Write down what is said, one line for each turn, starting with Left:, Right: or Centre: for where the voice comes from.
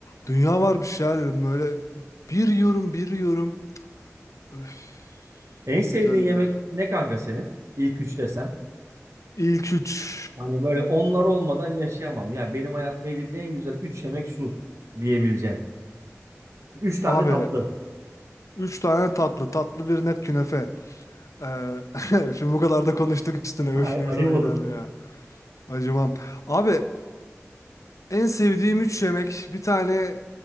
Left: dünya varmış ya dedim böyle bir yiyorum bir yiyorum. Öf
Right: En
Left: ne
Right: sevdiğin
Left: güzeldi
Right: yemek
Left: ya.
Right: ne kanka senin? İlk üç desem.
Left: İlk üç.
Right: Hani böyle onlar olmadan yaşayamam. Ya benim hayatımda yediğim en güzel 3 yemek şu diyebileceğin. 3 tane
Left: Abi
Right: de tatlı.
Left: üç tane tatlı tatlı bir net künefe. Ee, <laughs> şimdi bu kadar da konuştuk üstüne
Right: Ay,
Left: öf ne
Right: ayıp
Left: güzel
Right: olur.
Left: giderdi ya. Acımam. Abi en sevdiğim üç yemek bir tane...